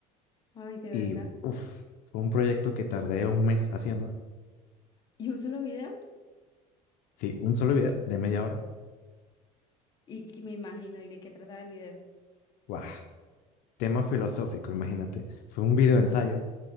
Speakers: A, on the left; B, on the left.
A: Ay, de verdad.
B: y, uff, fue un proyecto que tardé un mes haciendo.
A: ¿Y un solo video?
B: Sí, un solo video de media hora.
A: Y que me imagino, ¿y de qué trataba el video?
B: ¡Guau! Tema filosófico, imagínate. Fue un video ensayo.